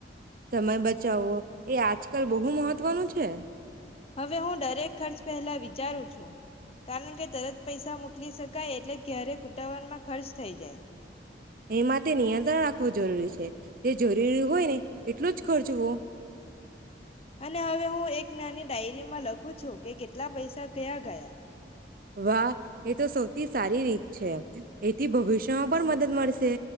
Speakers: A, on the right (about 50°); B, on the left (about 35°).
A: સમય બચાવવો એ આજકાલ બહુ મહત્વનું છે. છે.
B: હવે હું દરેક ખર્ચ પહેલા વિ વિચારું છું કારણ કે, તરત પૈસા મોકલી શકાય એટલે ક્યારે ઉતાવળમાં ખર્ચ થઈ જાય.
A: એ માટે નિયંત્રણ રાખવું ખવું જરૂરી છે. જે જરૂરી હોય ને એટલું જ ખર્ચવો
B: અને હવે હું એક નાની ડાયરીમાં લખું છું કે કેટલા પૈસા કયા ગયા.
A: વાહ એ તો સૌથી સારી રીત છે. એથી ભવિષ્ય માં પણ મદદ મળશે.